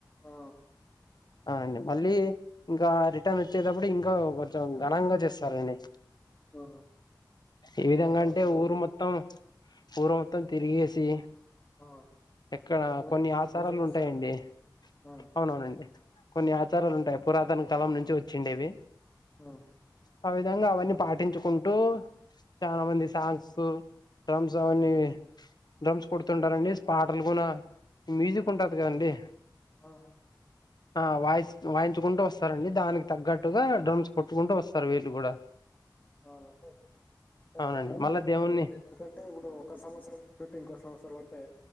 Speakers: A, on the left; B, on the left.
A: ఆ
B: ఆ అండి మళ్ళీ ఇంకా రిటర్న్ వచ్చేటప్పుడు ఇంకా కొంచెం ఘనంగా చేస్తరండి.
A: ఆ
B: ఏ విధంగా
A: టపాసులు
B: అంటె ఊరు మొత్తం ఊరు మొత్తం తిరిగేసి
A: ఆ
B: ఎక్కడ
A: ఊరే
B: కొన్ని ఆచారాలు
A: ఊరేగిస్తారనమాట
B: ఉంటయండి.
A: ఆ
B: అవునవునండి కొన్ని ఆచారాలు ఉంటాయి పురాతన కాలం నుంచి వచ్చిండేవి
A: అ
B: ఆ విధంగా అవన్నీ పాటించుకుంటూ చాలా మంది సాంగ్సు డ్రమ్స్ అవన్నీ డ్రమ్స్ కొడుతుంటరండి పాటలు కూన మ్యూజిక్ ఉంటది కదండి.
A: ఓహొ
B: ఆ వాయిస్ వాయించుకుంటూ వస్తరండి దానికి తగ్గట్టుగా డ్రమ్స్ కొట్టుకుంటూ వస్తరు వీళ్ళు కూడ
A: అవునండి అంటె
B: అవునండి
A: బాగనే
B: మళ్ళా
A: జరుపుకుంటరులేండి
B: దేవుణ్ణి
A: ఎందుకంటే ఇప్పుడు ఒక సంవత్సరం పెట్టి ఇంకో సంవత్సరం అంటే